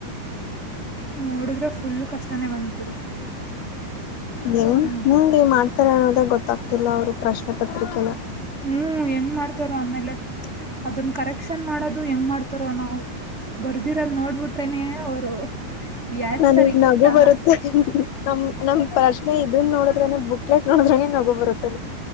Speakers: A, on the right; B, on the left.
A: ನೋಡುದ್ರೆ ಫುಲ್ ಕಷ್ಟಾನೇ ಬಂದ್ಬಿಟ್ಟಿದೆ
B: ಹೆಂಗೆ
A: ಹ್ಮ್
B: ಮುಂದೆ ಮಾಡ್ತಾರೆ ಅನ್ನೋದಾಗ ಗೊತ್ತಾಗ್ತಿಲ್ಲ ಅವರು ಪ್ರಶ್ನೆ ಪತ್ರಿಕೆನ
A: ಹ್ಮ್ ಹೆಂಗ್ ಮಾಡ್ತಾರ ಆಮೇಲೆ ಅದನ್ ಕರೆಕ್ಷನ್ ಮಾಡೋದು ಹೆಂಗ್ ಮಾಡ್ತಾರ ನಾವು ಬರ್ದಿರಲ್ ನೋಡ್ಬಿಟ್ರೇನ ಅವರು ಈ ಆನ್ಸರ್
B: ನನಗ್
A: ಇತ್ತಾ
B: ನಗು ಬರುತ್ತೆ ನಮ್ ನಮ ಪ್ರಶ್ನೆ ಇದನ್ ನೋಡಿದ್ರನೆ ಬುಕ್ಲೆಟ್ ನೋಡದ್ರನೆ ನಗೋ ಬರುತ್ತೆ